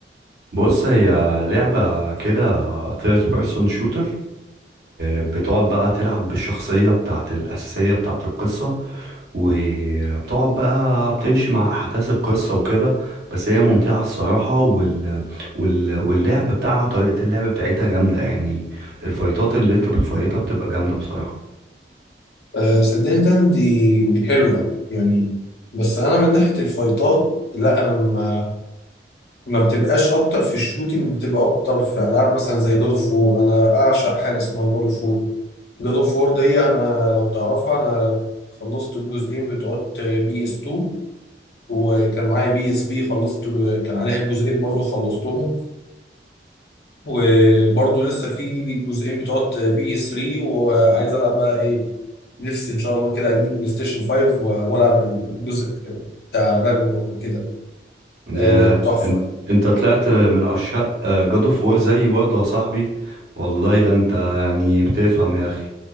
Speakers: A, on the right; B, on the left.
A: بص هي لعبة كده ثيرد بيرسون شوتر بتقعد بقى تلعب بالشخصية بتاعت الأساسية بتاعت القصة وبتقعد بقى بتمشي مع احداث القصه وكده بس هي ممتعه الصراحه وال... وال... واللعب بتاعها طريقه اللعب بتاعتها جامده يعني الفايتات اللي انت بتفايتها بتبقى جامده بصراحه
B: أه صدقني تاني دي دي حلوه يعني بس انا من ناحيه الفايتات لا انا ما ما بتبقاش اكتر في الشوتينج بتبقى اكتر في العاب مثلا زي جاد اوف وور انا اعشق حاجه اسمها جاد اوف وور جاد اوف وور دي انا لو تعرفها انا خلصت الجزئين بتوع بي اس 2 وكان معايا بي اس بي خلصت كان عليها جزئين برضه خلصتهم وبرضه لسه في جزئين بتوع بي اس 3 وعايز العب بقى ايه نفسي ان شاء الله كده اجيب بلاي ستيشن 5 و- والعب الجزء بتاع راجنروك وكده
A: يا
B: آه، تحفه
A: انت انت طلعت من عشاق جاد اوف وور زيي برضه يا صاحبي والله ده انت يعني بتفهم يا اخي